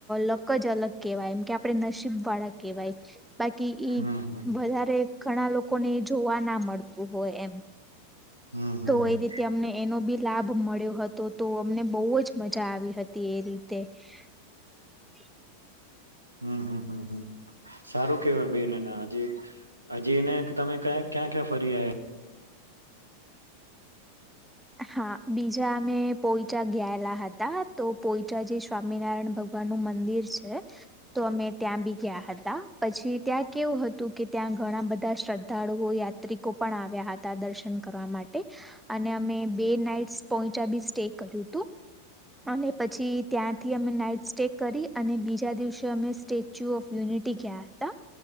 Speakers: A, in the centre; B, on the right.
A: લક જ અલગ ક્હેવાય, એમ કે આપડે નસીબ વાળા ક્હેવાય. બાકી ઈ
B: હમ હમ
A: વધારે... ઘણા લોકોને એ જોવા ના મળતું હોય એમ
B: હમ હમ
A: તો એ રીતે અમને એનો બી લાભ મળ્યો હતો તો અમને બહુ જ મજા આવી હતી એ રીતે. <inaudible>
B: હમ હમ હમ હમ સારું કેવાય બેન એને હજી હજી એને તમે ક ક્યાં ક્યાં ફર્યાયા.
A: હા બીજા અમે પોઈચા ગયેલા હતા તો પોઈચા જે સ્વામિનારાયણ ભગવાન નું મંદિર છે, તો અમે ત્યાં બી ગયા હતા, પછી ત્યાં કેવું હતું કે ત્યાં ઘણા બધા શ્રદ્ધાળુઓ યાત્રિકો પણ આવ્યા હતા દર્શન કરવા માટે અને અમે... બે નાઈટસ પોઈચા બી સ્ટે કર્યું હતું, અને પછી ત્યાંથી અમે નાઈટ સ્ટે કરી અને બીજા દિવસે અમે સ્ટેચ્યુ ઓફ યુનિટી ગયા હતા,